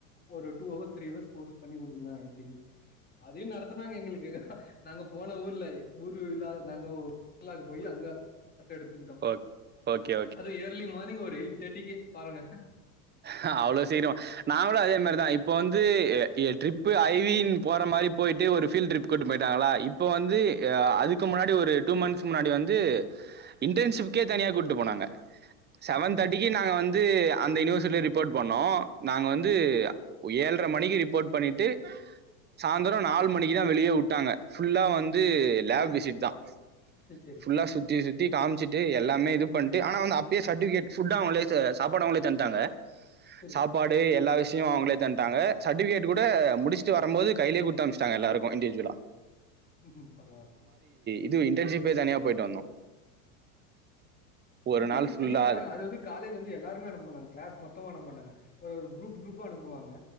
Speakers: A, on the left; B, on the right.
A: ஒரு two hours three hours course பண்ணி குடுங்க அப்டின்னு அதயும் நடத்தனாங்க எங்களுக்கு நாங்க போன ஊர்ல ஊரு இல்ல நாங்கஊ போய் அங்க கசஎடுத்துக்கிட்டோம்
B: ஓக் ஓகே ஓகே
A: அது இயர்லி மார்னிங் ஒரு எயிட் தெட்டிக்கு பாருங்க
B: ஹாவ்வளவு சீக்கரமஹா நா கூட அதே மாரிதான் இப்ப வந்து பே ஏ ய ட்ரிப் ஐவின் போறமாரி போய்ட்டுஒருப்ல் ட்ரிப்கூட்டு போயிரகளாஇப்ப வந்து ஹா அதுக்கு முன்னாடி டு மன்ஸ்வந்து ஹா இன்டஷிப்பேகே தனிய கூட்டுஃபோனக செவன் தேட்டிக்கே நாங்க வந்து அத யூனிஸ் ரிப்போர்ட் பண்ணோம் நாங்க வந்து ஏழ்ர மணிக்கு ரிப்போர்ட் பண்ணிட்டு சாயந்தரம் நாலு மணிக்கு தான் வெளிய விட்டாங்க புல்லா வந்து லேப் விசிட் தான்
A: சேரி சேரி
B: புல்லா சுத்தி சுத்தி காமிச்சிட்டு எல்லாமே இதுபண்ட்டு அன வந்து அப்பேசட்டிவிகேட் புட் சாப்பாடுஅவகளோ தன்டக ஹா
A: புரியுது
B: சாப்பாடு எல்லா விஷா எலதியோ அவங்களே தன்டக சட்டிவிகேட் கூட முடிச்சுட்டு வரும்போது கையிலே குத்தமாசிட்டக எல்லாருகும் இன்டிஜுவலா
A: ஊஹும் பரவால்ல
B: இது இன்டர்ஜீப்புளே தனியா போயிட்டு வந்தோ ஒரு
A: இன்டர்ஜீப்
B: நாள் ஃபுல்லா
A: தனியா போனா அது வந்து காலேஜ் வந்து எல்லாருமே அனுப்புமாட்டங்க கிளேஸ் மட் மெத்துமா அனுப்புமாட்டங்க ஒரு குரூப் குரூப்பா அனுப்புவாங்க